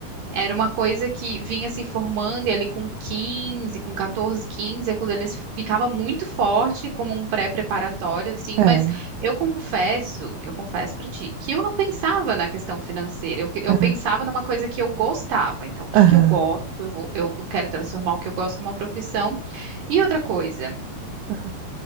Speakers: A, on the right; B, on the right.
A: era uma coisa que vinha se formando e ali com quinze com 14, 15 aquilo ali ficava muito forte como um pré-preparatório, assim,
B: é,
A: mas eu confesso, eu confesso pra ti, que eu não pensava na questão financeira, eu, que- eu
B: é,
A: pensava numa coisa que eu gostava, então o que
B: aham,
A: que eu gosto, eu vou, eu quero transformar o que eu gosto numa profissão, e outra coisa,
B: aham.